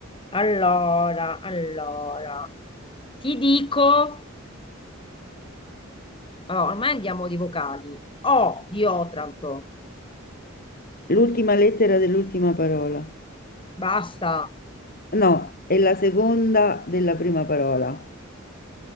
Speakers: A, on the left; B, on the left.
A: Allora, allora, ti dico, allora, ormai andiamo di vocali. O di Otranto,
B: L'ultima lettera dell'ultima parola.
A: basta.
B: No, è la seconda della prima parola.